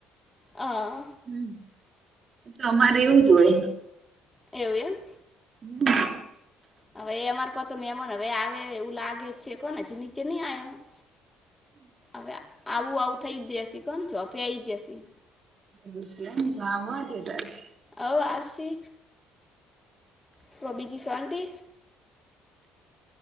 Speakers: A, on the left; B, on the right.
A: હા
B: હમ, એ તો અમારે એવું જો હોય
A: એવુ, એમ
B: હમ
A: હવે, એ અમાર કોતો મેમ ને હવે આવે એવું લાગે છે, કોને નીચે નઈ આવ્યા હવે, આવુ- આવુ થઈ જ રહસી કોણ છો અ આઈ જસી
B: હસ, આવા દ ત્યારે
A: આવો આવશે તો બીજી શાંતિ